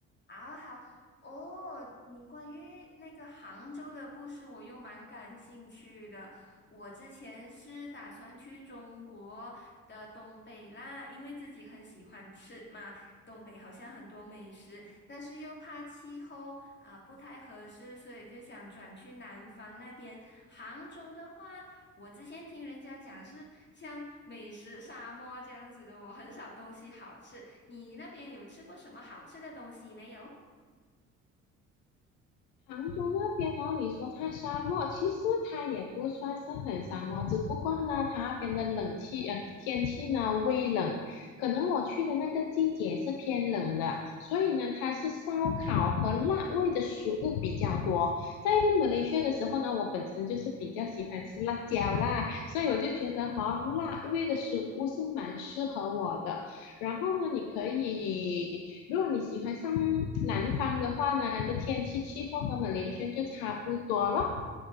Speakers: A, on the left (about 25°); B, on the left (about 60°).
A: 好好哦，你关于那个杭州的故事，我又蛮感兴趣的。我之前是打算去中国的东北啦，因为自己很喜欢吃嘛，东北好像很多美食，但是又怕气候啊，不太合适，所以就想转去南方那边。杭州的话，我之前听人家讲是像美食沙漠这样子的，我很少东西好吃。你那边有吃过什么好吃的东西没有？
B: 杭州那边哦，你说它沙漠，其实它也不算是很沙漠，只不过呢，它那边的冷气呃天气呢微冷，可能我去的那个季节是偏冷的，所以呢，它是烧烤和辣味的食物比较多。在马来西亚的时候呢，我本身就是比较喜欢吃辣椒啦，所以我就觉得哈、辣味的食物是蛮适合我的。然后呢，你可以。如果你喜欢上南方的话呢，的天气气候和马来西亚就差不多了。